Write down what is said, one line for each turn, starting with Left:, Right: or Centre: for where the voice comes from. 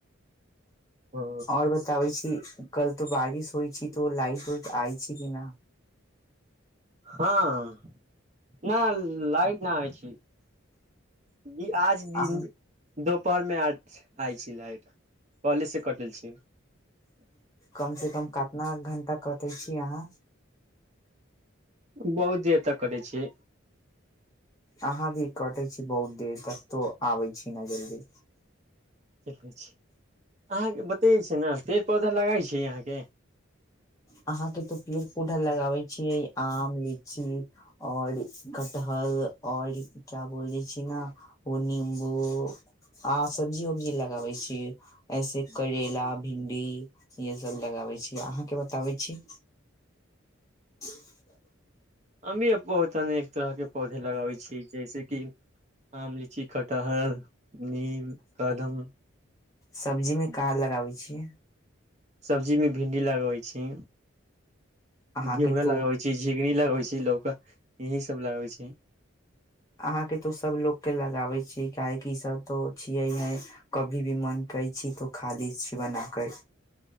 Right: ओ
Left: आओर बताबै छी कल तऽ बारिश होइ छी तो लाट उइट आइ छी कि न
Right: हँ न लाइट नहि आ छै ई आज दिन
Left: अहाँ
Right: द पर मे आइ छी लाइट कॉलेज से कटल छी
Left: कम से तम कतना घण्टा कटै छी अहाँ
Right: बहुत देर तक कटै छियै
Left: अहाँ भी कटै छी बहुत देर तक तो आबै छी न जल्दी
Right: ठीके छै अहाँके बतेै छै न पेड़ पौधा लगाइ छै यहाँके
Left: अहाँ के तो पेड़ पौधा लगाबे छियै आम लीची आओर कठहल आओर क्या बोले छी ने ओ नींबू आ सब्जी उब्जी लगाबे छै ऐसे करेला भिंडी ये सब लगाबे छी अहाँके बताबै छी <inaudible>
Right: अमो अ बत तनेक तरहके पौधे लगाबै छी जैसेक कि आम लीची खटहल नीम कदम
Left: सब्जीमे कहाँ लगाबै छियै
Right: सब्जीमे भिंडी लगबै छी
Left: अहाँ
Right: घिउरा
Left: के तो
Right: लगबै छै झिगनी लगबै छै लोकक यही सब लगबै छी
Left: अहाँके तो सभ लोकोगके लगाबै छियै काहेकि सभ तो छियै हे कभी भी मन करै छी तो खाली छी बना क